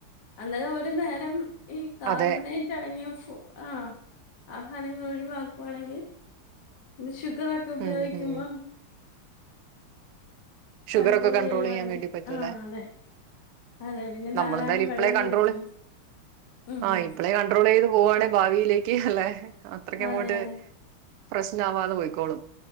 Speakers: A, on the left; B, on the right.
A: അന്നേരെ ഒരു നേരം ഈ കാർബണേറ്റ്
B: അതെ
A: അടങ്ങിയ ഫു ആഹ് ആഹാരങ്ങൾ ഒഴിവാക്യുവാണെങ്കിൽ വിശുഗറക്കെബ്യോകിക്കുമ്പം
B: ഉം ഉം ഷുഗറൊക്കെ
A: കൺട്രോൾ
B: കണ്ട്രോളിയ്യാൻ
A: ചെയ്യുവാണെങ്കിൽ
B: വേണ്ടി പറ്റൂലേ
A: ആഹ് അതെ അതെ പിന്നെ
B: നമ്മളെന്തായാലുപ്ലേ
A: ധാരാളം വെള്ളം
B: കണ്ട്രോള്
A: കുടിക്കണം ഉം
B: ആഹ്
A: ഉം
B: ഇപ്ലേ കൺണ്ട്രോളീത് പോവാണേ ഭാവിയിലേക്ക് അല്ലെ അത്ര ക്യങ്ങോട്ട്
A: അതെ അതെ
B: പ്രശ്നാവാത പോയ്ക്കോളും